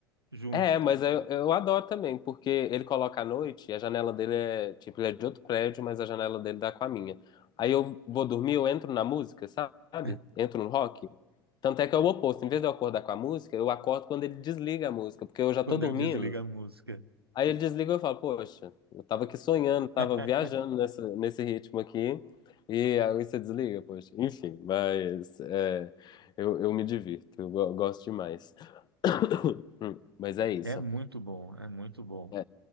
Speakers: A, on the right; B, on the left.
A: junto
B: é, mas eu, eu adoro também, porque ele coloca à noite e a janela dele é, tipo, ele é de outro prédio, mas a janela dele dá com a minha. Aí eu vou dormir, eu entro na música, sabe?
A: <laughs>
B: Entro no rock. Tanto é que é o oposto, em vez de eu acordar com a música, eu acordo quando ele desliga a música, porque eu já
A: quando
B: tô dormindo.
A: ele desliga a música.
B: Aí ele desliga e eu falo, poxa, eu tava aqui sonhando, tava
A: <laughs>
B: viajando nessa, nesse ritmo aqui, e aí você desliga, poxa. Enfim, mas é, eu, eu me divirto, eu go- gosto demais. <coughs> Mas é isso.
A: É muito bom, é muito bom.
B: É,